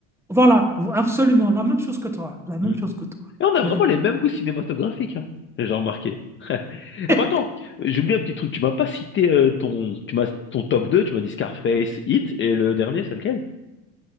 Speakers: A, in the centre; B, on the left.
A: Voilà, absolument, la même chose que toi, la même
B: Mm. Et
A: chose que toi.
B: on a
A: Mais,
B: vraiment les mêmes goûts cinématographiques, hein. J'ai remarqué. <laughs>
A: <laughs>
B: Ah, bah attends, j'ai oublié un petit truc. Tu m'as pas cité euh, ton, tu m'as, ton top 2 tu m'as dit Scarface, Hit, et le dernier, c'est lequel?